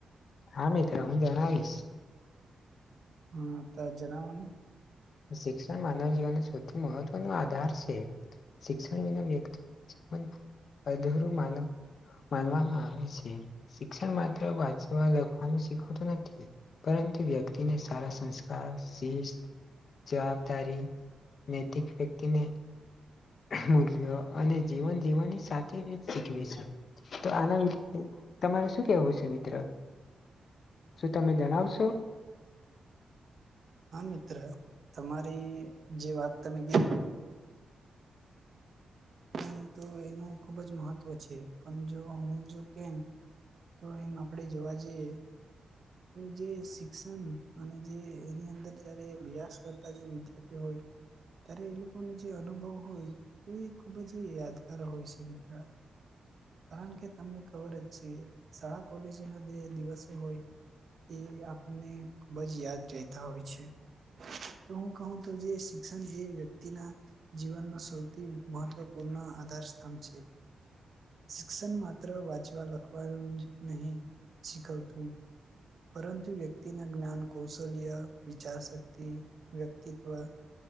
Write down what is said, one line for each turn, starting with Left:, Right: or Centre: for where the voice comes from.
Left: હા મિત્ર હું જણાવીશ
Right: હમમ તા જણાવો ને
Left: શિક્ષણ માનવ જીવનનો સૌથી મહત્વ નો આધાર છે શિક્ષણ વિના <unintelligible> અધૂરું માનવ માનવામાં આવે છે, શિક્ષણ માત્ર વાંચવા-લખવાનું શીખવતું નથી. પરંતુ વ્યક્તિને સારા સંસ્કાર, શિસ્ત જવાબદારી, નૈતિક વ્યક્તિને મૂલ્યો અને જીવન જીવવાની સાચી રીત શીખવી છે, તો આના વિષે તમારે શું કેવું છે મિત્ર? શું તમે જણાવશો?
Right: હા, મિત્ર તમારી જે વાત તમે કીધી હુ, તો એનું ખૂબ જ મહત્વ છે, પણ જો હું જો કેમ તો એમ આપડે જોવા જઈએ. તો જે શિક્ષણ અને જે એની અંદર જયારે અભ્યાસ કરતા જે વિદ્યાર્થી હોય, ત્યારે એ લોકોનો જે અનુભવ હોય તો એ ખૂબ જ યાદગાર હોય છે મિત્ર. કારણ કે તમને ખબર જ છે, શાળા કોલેજોના જે દિવસો હોય એ આપણને ખૂબ જ યાદ રેહેતા હોય છે. તો હું કહું તો, જે શિક્ષણ જે વ્યક્તિના જીવનનો સૌથી મહત્વપૂર્ણ આધાર સ્તંભ છે. શિક્ષણ માત્ર વાંચવા-લખવાનું જ નહી શીખવતું પરંતુ વ્યક્તિના જ્ઞાન, કૌશલ્ય, વિચાર શક્તિ વ્યક્તિત્વ